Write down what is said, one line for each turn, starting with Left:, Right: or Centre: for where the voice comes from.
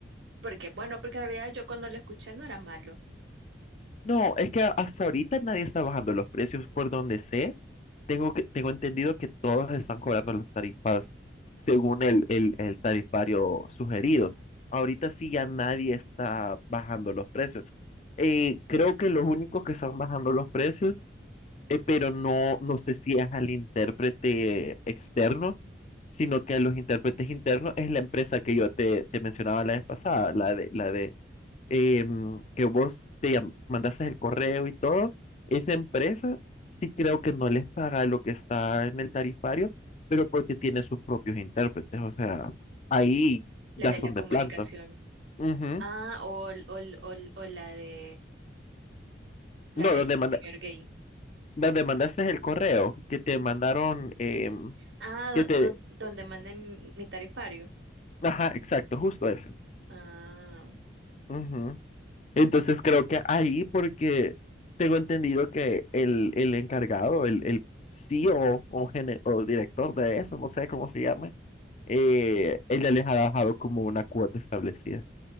Right: porque bueno, porque en realidad yo cuando lo escuché no era malo,
Left: No, es que hasta ahorita nadie está bajando los precios, por donde sé, tengo, que, tengo entendido que todos están cobrando las tarifas según el, el, el tarifario sugerido. Ahorita sí ya nadie está bajando los precios. Eh, creo que los únicos que están bajando los precios eh, pero no, no sé si es al intérprete externo, sino que a los intérpretes internos es la empresa que yo te, te mencionaba la vez pasada, la de, la de em, que vos te llam- mandaste el correo y todo. Esa empresa sí creo que no les paga lo que está en el tarifario, pero porque tiene sus propios intérpretes, o sea, ahí
Right: la
Left: ya
Right: de
Left: son
Right: la comunicación.
Left: de planta. Ujú.
Right: Ah, o, el- o, el- o, el- o la de la
Left: No,
Right: del
Left: donde manda,
Right: señor gay.
Left: donde mandaste el correo, que te mandaron, em,
Right: Ah,
Left: que
Right: do-
Left: te,
Right: do- donde manden mi tarifario.
Left: ajá, exacto, justo ese.
Right: Ah,
Left: Ujú. Entonces creo que ahí, porque tengo entendido que el, el encargado, el, el CEO o, o, gene- o director de eso, no sé cómo se llame, eh, él ya les ha dejado como una cuota establecida.